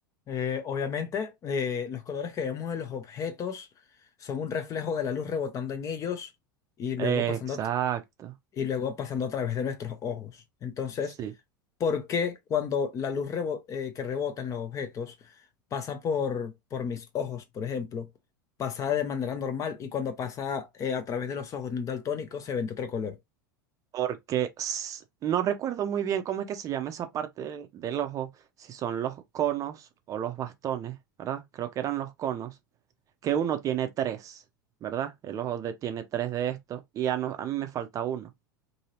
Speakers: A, on the left; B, on the right.
A: eh, obviamente, eh, los colores que vemos en los objetos son un reflejo de la luz rebotando en ellos y luego
B: Exacto.
A: pasando y luego pasando a través de nuestros ojos. Entonces,
B: Sí.
A: ¿por qué cuando la luz rebo- eh, que rebota en los objetos pasa por, por mis ojos, por ejemplo, pasa de manera normal y cuando pasa eh, a través de los ojos de un daltónico se ve de otro color?
B: Porque s- no recuerdo muy bien cómo es que se llama esa parte del, del ojo, si son los conos o los bastones, ¿verdad? Creo que eran los conos, que uno tiene tres, ¿verdad? El ojo de- tiene tres de estos y a, no- a mí me falta uno,